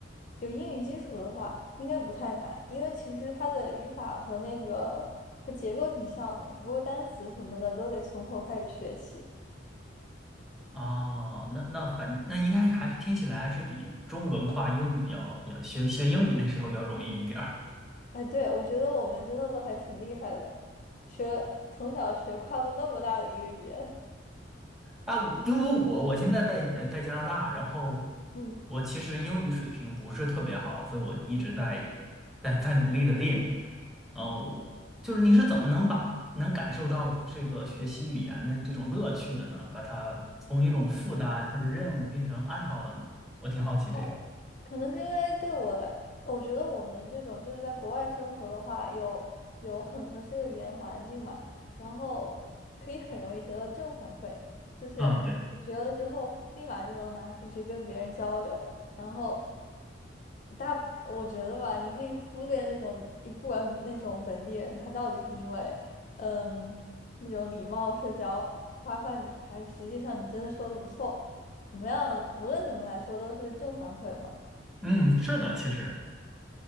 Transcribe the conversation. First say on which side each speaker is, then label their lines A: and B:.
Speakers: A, on the left; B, in the centre.
A: 有英语基础的话，应该不太难，因为其实它的语法和那个和结构挺像的，只不过单词什么的都得从头开始学起。
B: 哦，那那反正那应该是还是听起来还是比中文跨英语要要学学英语那时候要容易一点儿
A: 哎，对，我觉得我们真的都还挺厉害的，学从小学跨度那么大的一个语言。
B: 啊。我因为我我现在在在加拿大，然后
A: 嗯，
B: 我其实英语水平不是特别好，所以我一直在在在努力的练。哦，就是你是怎么能把能感受到这个学习语言的这种乐趣的呢？把它从一种负担或者任务变成爱好的呢？我挺好奇这个。
A: <laughs> 哦，可能是因为对我来，我觉得我们这种就是在国外生活的话，有有很合适的语言环境嘛，然后可以很容易得到正反馈，就是你学了之后，
B: 啊，对，
A: 立马就能拿出去跟别人交流，然后大，我觉得吧，你可以忽略那种，你不管那种本地人，他到底是因为嗯那种礼貌社交夸夸你，还是实际上你真的说的不错，怎么样，无论怎么来说都是个正反馈嘛。
B: 嗯，是的，其实。